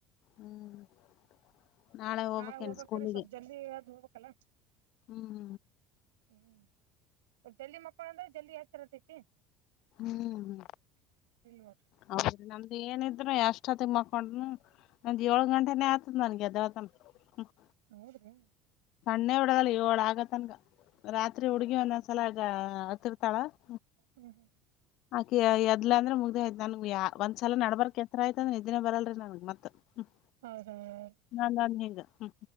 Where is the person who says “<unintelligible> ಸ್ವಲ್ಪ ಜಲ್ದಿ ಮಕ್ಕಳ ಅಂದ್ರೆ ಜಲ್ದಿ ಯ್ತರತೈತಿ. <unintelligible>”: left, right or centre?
Right